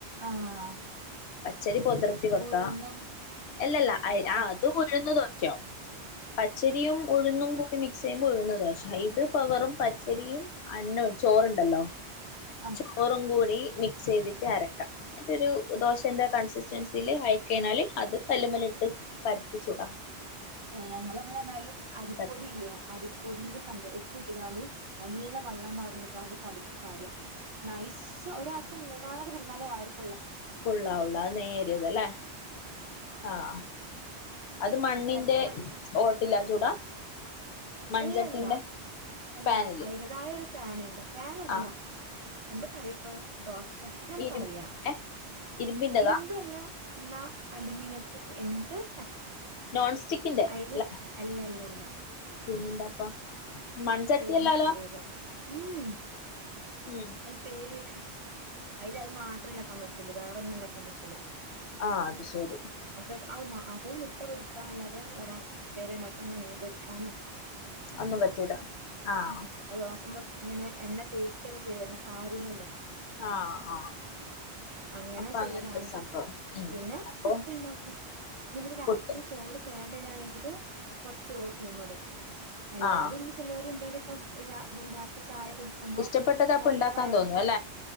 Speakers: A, on the right (about 45°); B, on the left (about 75°).
A: ആഹ്
B: ശരി ഉതിർത്തി വെക്ക
A: ഉഴുന്നും
B: അല്ലല്ല
A: ഒക്കെ
B: ആ അത് ഉഴന്ന് ശ പച്ചരിയും ഉഴുന്നും കൂടെ മി സെയിം ഉഴുന്ന് ദോശ ഇത് പവറും പച്ചരിയും അന്നവും ചോറുണ്ടല്ലോ
A: ആഹ്
B: ചോറുങ്കൂടി മിക്സ് ചെയ്തിട്ട് അരക്കാം എന്നറ്റൊരു ദോശ എന്താ കൺസിസ്റ്റൻസിൽ അയിക്കഴിഞ്ഞാല് അത് കല്ലുമേല് ഇട്ട് പരത്തിച്ചൂടാം
A: ഞങ്ങള് ബ്ടെന്നാല് അരിപ്പൊടി
B: പരത്താം
A: ഇല്ലേ അരിപ്പൊടിയില് പണ്ട് പ ഉപ് ഉപ്പ്ട്ട്കാണ്ട് നല്ല വള്ളം പാറ്ന്ന്ക്കാണ്ട് കല ക്ക്യ് പാര നൈസ് ഒരാക്ക് മൂന്നാള <unintelligible> മല വാറും
B: ഉള്ളാ ഉള്ളാ നേരിയത് ലെ ആഹ് അത് മണ്ണിന്റെ
A: അങ്ങനത്തെ
B: ഓട്ടില്ല ചുടാ മൺചട്ടിന്റെ
A: അല്ലല്ല അല്ല
B: പാനില്
A: അയ്ന്റെതായ ഒരു പാന്ണ്ട് പാനല്ല
B: ആഹ്
A: എന്താ പറയപ്പഹ് ദോ <unintelligible> ശക്തി തന്നാ
B: ഇരുമ്പിന്റെ
A: പറയാ
B: ഇരുമ്പിന്റെതാ
A: ഇരുമ്പ അല്ല എന്നാ അലൂമിനിയത്തില് എന്ത് വെച്ചാ
B: നോൺ സ്റ്റിക്കിന്റെ
A: അയില്
B: അല്ലെ
A: അല്ലല്ലല്ല
B: പിന്നെന്താപ്പാ മൺചട്ടിയല്ലാലോ
A: പേര് നിക്കാറില്ല ഉം
B: ഉം
A: എന്റെ പേര് അയില് അത് മാത്രേണ്ടാക്കാൻ പറ്റുള്ളൂ വേറൊന്നും ണ്ടാക്കാൻ പറ്റൂല
B: ആഹ് അത് ശരി
A: <unintelligible> ആ അതും മുട്ട പൊരിക്കാ അല്ലാതെ വേറെ ഉപ്പേരി ഒണ്ടാക്കാനോ മീൻ പൊരിക്കാനോ
B: ഒന്നും പറ്റൂല ആഹ്
A: ഉം അതവാ <unintelligible> ഇങ്ങനെ എണ്ണ തേച്ചിക്കല്ലേ <unintelligible> എണ്ണ പാരൂല്ലല്ലോ
B: ആഹ് ആഹ്
A: അങ്ങനെ
B: അപ്പൊ
A: ചെയ്യലാണ്
B: അങ്ങനത്തെ സംഭവം ഉം
A: പിന്നെ
B: അപ്പൊ
A: പുറ്റുണ്ടാക്കും ഇവിടെ രാത്രി
B: പുട്ട്
A: ചോറ് <unintelligible> ട്ടയാണെങ്കിൽ കുറച്ച് ഓ തീമടും. അല്ല
B: ആഹ്
A: അതി <unintelligible> എന്തേലൊക്കെ രാ വൈന്നാര്ത് ചായ കുടിക്കുമ്പം
B: ഇഷ്ടപ്പെട്ടത് അപ്പൊ
A: നല്ല
B: ഉണ്ടാക്കാൻ
A: വയറ്
B: തോന്നും
A: നർച്
B: അല്ലെ